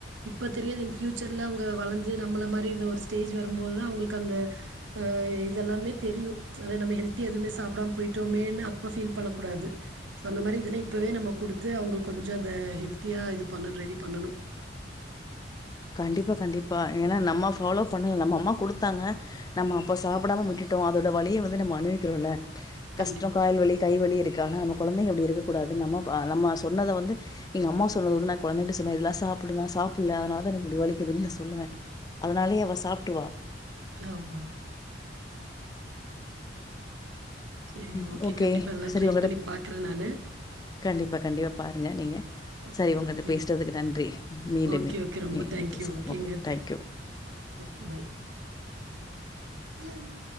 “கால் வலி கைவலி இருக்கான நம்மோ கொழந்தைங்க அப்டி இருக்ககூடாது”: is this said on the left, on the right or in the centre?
Left